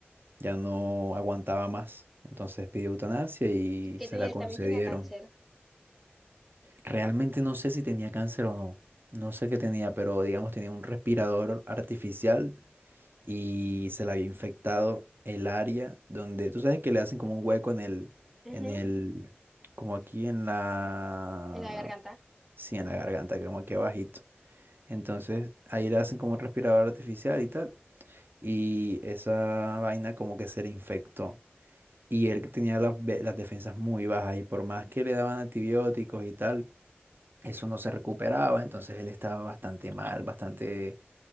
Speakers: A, on the right (about 55°); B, in the centre.
A: ya no aguantaba más. Entonces pidió eutanasia y
B: Y que
A: se
B: tenía,
A: la
B: él
A: concedieron.
B: también tenía cáncer
A: Realmente no sé si tenía cáncer o no. No sé qué tenía, pero digamos tenía un respirador artificial y se le había infectado el área donde, tú sabes que le hacen como un hueco en el,
B: Ujú,
A: en el, como aquí en la,
B: En la garganta.
A: sí, en la garganta, como aquí abajito. Entonces ahí le hacen como un respirador artificial y tal. y esa vaina como que se le infectó. Y él tenía las, ve- las defensas muy bajas y por más que le daban antibióticos y tal, eso no se recuperaba, entonces él estaba bastante mal, bastante